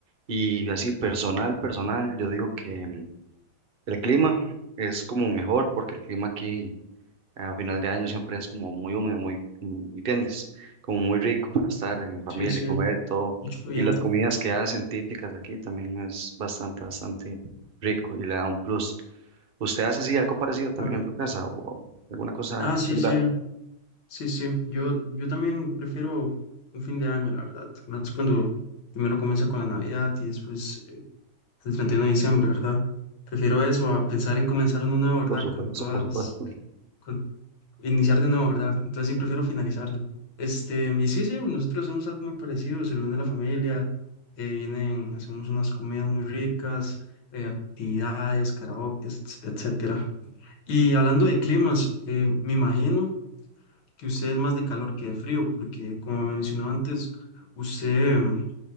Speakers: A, on the right; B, on the left.
A: Y así personal, personal, yo digo que mm, el clima es como mejor porque el clima aquí a final de año siempre es como muy húmedo, muy, muy- ¿me ¿entiendes? Como muy rico para estar en familia
B: Sí, sí,
A: y comer todo.
B: mucho viento,
A: Y las comidas que hacen típicas aquí también es bastante, bastante rico y le da un plus. ¿Usted hace así algo parecido también
B: claro.
A: en su casa o alguna cosa
B: Ah, sí,
A: similar?
B: sí, sí, sí. Yo, yo también prefiero un fin de año, la verdad. Más cuando primero comienza con la Navidad y después eh, el 31 de diciembre, ¿verdad? Prefiero eso a pensar en comenzar uno nuevo, ¿verdad?
A: Por supuesto,
B: Con todas,
A: por supuesto.
B: con iniciar de nuevo, ¿verdad? Entonces sí prefiero finalizarlo. Este, y sí, sí, nosotros hacemos algo muy parecido, se reúne la familia, eh, vienen, hacemos unas comidas muy ricas, eh, actividades, karaoke, etcétera. Y hablando de climas, eh, me imagino que usted es más de calor que de frío, porque como me mencionó antes, usted em,